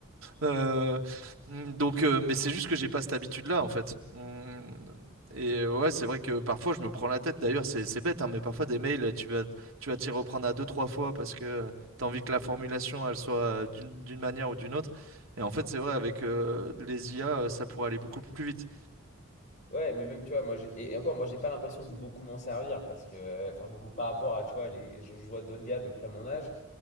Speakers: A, on the right; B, on the left.
A: Euh, mm, donc, euh, mais c'est juste que j'ai pas cette habitude-là, en fait. Mm, Et euh, ouais, c'est vrai que parfois je me prends la tête. D'ailleurs, c'est c'est bête, hein, mais parfois des mails, tu vas tu vas t'y reprendre à deux, trois fois parce que tu as envie que la formulation, elle soit euh, d'une d'une manière ou d'une autre. Et en fait, c'est vrai, avec euh, les IA, euh, ça pourrait aller beaucoup plus vite.
B: Ouais, mais même, tu vois, moi, j'ai- et et encore, moi, j'ai pas l'impression de beaucoup m'en servir parce que, euh, enfin, beaucoup par rapport à, tu vois, les, je, je vois d'autres gars de peu près mon âge.